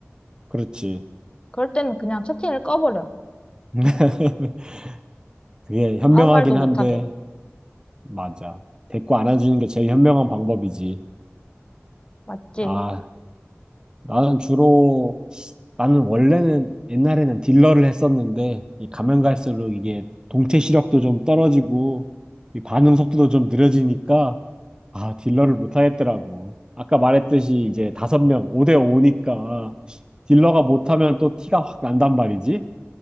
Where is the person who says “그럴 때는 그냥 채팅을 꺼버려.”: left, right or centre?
Left